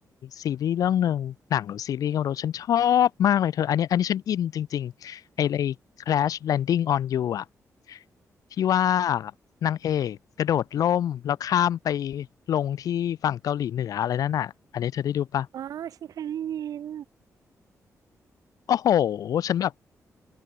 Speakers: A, on the left; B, on the right.
A: ซีรีส์เรื่องหนึ่งหนังหรือซีรีส์ก็ไม่รู้ฉันชอบมากเลยเธออันนี้อันนี้ฉันอินจริงๆไอ้ไอ้ Crash Landing on You อะที่ว่านางเอกกระโดดร่มแล้วข้ามไปลงที่ฝั่งเกาหลีเหนืออะไรนั่นน่ะอันนี้เธอได้ดูปะ
B: อ๋อฉันเคยได้ยิน
A: โอ้โห ฉันแบบ